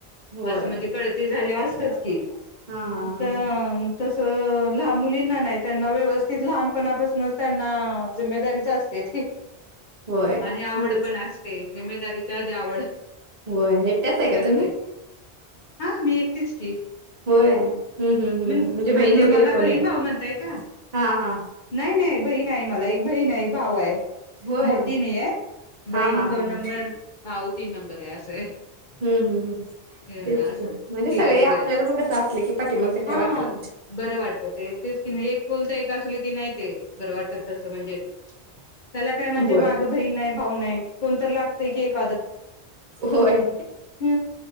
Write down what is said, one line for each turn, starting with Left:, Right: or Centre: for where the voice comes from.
Right: होय.
Left: असं म्हणजे कळती झाल्यावर अस तेच की,
Right: हा हा हा
Left: त मं
Right: हा
Left: तसं लान मुलींना नाय त्यांना व्यवस्थित लहानपणापासनच त्यांना जिम्मेदारीच अस तेथे
Right: होय
Left: आणि आवड
Right: अंग
Left: पण असते, जिम्मेदारी च्या आधी आवड
Right: होय एकट्याच हाय का
Left: करते
Right: तुम्ही
Left: हा मी एकटीच की,
Right: होय हम्म हम्म हम्म
Left: म्हण
Right: हम्म बहीण
Left: म्हणजे
Right: वगैरे
Left: मला
Right: कोण
Left: बहीण
Right: नाही
Left: भाऊ म्हणताय का,
Right: हा हा
Left: नाही नाही बहीण आहे. मला एक बहीण हाय भाव आहे.
Right: होय
Left: मोठी मी आहे, बहीण
Right: हा हा हा
Left: दोन नंबर
Right: हा
Left: भाऊ तीन नंबर आहे असंय अ
Right: हम्म हम्म हम्म तेच
Left: असं
Right: की म्हणजे
Left: ठीक
Right: सगळे
Left: ये ठीक
Right: आपल्याला
Left: ये,
Right: पण कसं असले की पाठी मग काय
Left: हा
Right: वाटत नाही
Left: बरं वाटत ते तेच की नाही एक कुलत एक असले की नाही ते बरं वाटत तसं म्हणजे त्याला काय म्हणजे
Right: होय
Left: माग बहीण नाय भाऊ नाही कोणतर लागतय की एक -
Right: होय
Left: ह